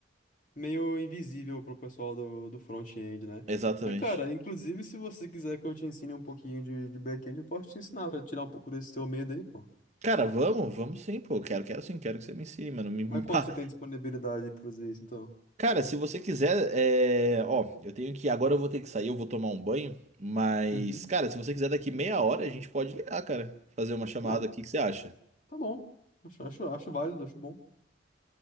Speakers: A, on the left; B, on the right.
A: meio invisível pro pessoal do, do front-end, né?
B: exatamente.
A: É, cara, inclusive se você quiser que eu te ensine um pouquinho de, de back-end, eu posso te ensinar pra tirar um pouco desse teu medo aí, pô.
B: Cara, vamos, vamos sim, pô. Quero, quero sim, quero que você me ensine, mano. Me, me
A: Mas quando
B: pá.
A: você tem disponibilidade pra fazer isso, então?
B: Cara, se você quiser, é... ó, eu tenho que. Agora eu vou ter que sair, eu vou tomar um banho. Mas,
A: Uhum.
B: cara, se você quiser daqui meia hora, a gente pode ligar, cara. Fazer uma chamada
A: Ah,
B: aqui, o que você acha?
A: tá bom. Acho, acho, acho válido, acho bom.